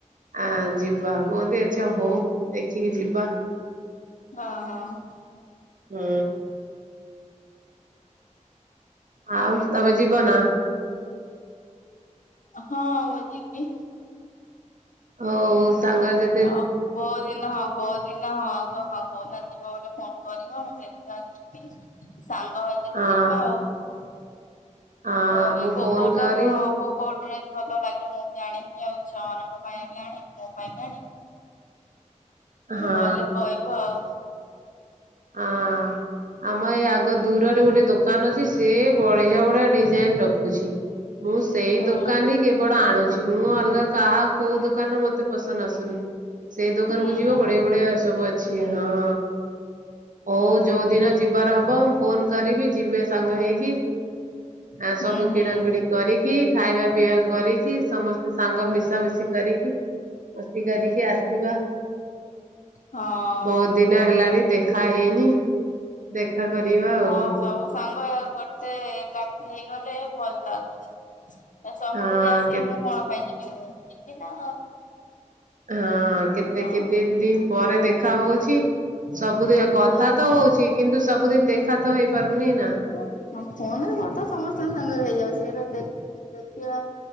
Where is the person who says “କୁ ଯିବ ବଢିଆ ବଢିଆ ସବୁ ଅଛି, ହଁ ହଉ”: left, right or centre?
Right